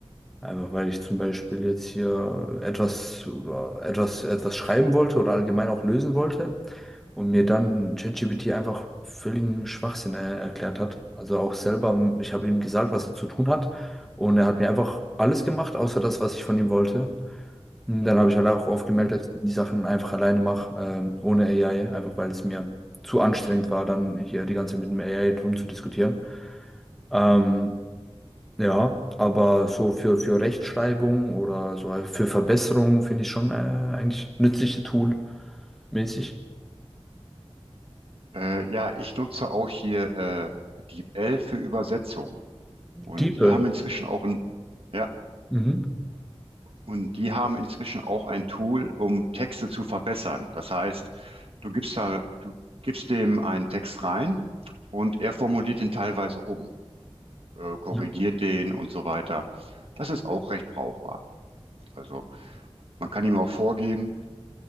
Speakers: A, in the centre; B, on the right.
A: Einfach weil ich zum Beispiel jetzt hier etwas oder etwas, etwas schreiben wollte oder allgemein auch lösen wollte und mir dann ChatGPT einfach völligen Schwachsinn äh, erklärt hat. Also auch selber, m, ich habe ihm gesagt, was er zu tun hat und er hat mir einfach alles gemacht, außer das, was ich von ihm wollte. Und dann habe ich halt auch oft gemerkt,
B: Hm.
A: dass ich die Sachen einfach alleine mache, ähm, ohne AI, einfach weil es mir zu anstrengend war, dann hier die ganze Zeit mit dem AI drum zu diskutieren. Ähm, ja, aber so für, für Rechtschreibung oder so also für Verbesserungen finde ich schon äh, eigentlich nützliche Tool mäßig.
B: Äh, ja, ich nutze auch hier äh, DeepL für Übersetzung und
A: Diepe.
B: die haben inzwischen auch ein ja
A: Mhm.
B: Und die haben inzwischen auch ein Tool, um Texte zu verbessern. Das heißt, du gibst da, du gibst dem einen Text rein und er formuliert den teilweise um, äh, korrigiert
A: Ja.
B: den und so weiter. Das ist auch recht brauchbar. Also man kann ihm auch vorgeben,